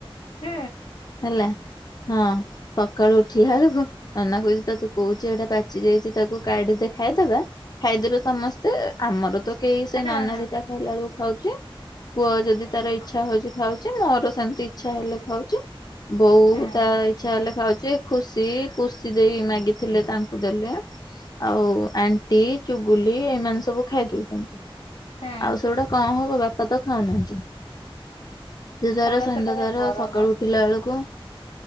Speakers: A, on the left; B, on the left.
A: ହୁଁ।
B: ହେଲା ହଁ ସକାଳୁ ଉଠିଲା ବେଳକୁ ନନା କହୁଛି ତ ତେ କହୁଛି। ଯୋଉଟା ପାଚି ଯାଇଛି ତାକୁ କାଢିଦେ ଖାଇଦେବା ଖାଇଦେବେ ସମସ୍ତେ ଆମର ତ କେହି ସେ
A: ହଁ
B: ନାନା
A: ହଁ
B: ଦିଟା ଖାଇଲାଳ କୁ ଖାଉଚି। ପୁଅ ଯଦି ତାର ଇଛା ହଉଛି ଖାଉଛି ମୋର ସେମିତି ଇଚ୍ଛା ହେଲେ ଖାଉଚି। ବହୁ
A: ହୁଁ
B: ତା ଇଛା ହେଲେ ଖାଉଛି ଖୁସି ପୁସି ଦେଇ ମାଗି ଥିଲେ ତାଙ୍କୁ ଦେଲେ। ଆଉ ଆଣ୍ଟି ଚୁଗୁଲି ଏଇମାନେ ସବୁ ଖାଇ ଦଉଛନ୍ତି।
A: ହୁଁ
B: ଆଉ ସେଉଡା କଣ ହବ ବାପା ତ ଖାଉନାହାନ୍ତି। ସେ ତାର
A: ପଣସ
B: ସନ୍ଧ୍ୟା
A: ଟା ବା
B: ତାର
A: ଗରମ
B: ସକାଳୁ ଉଠିଲା ବେଳକୁ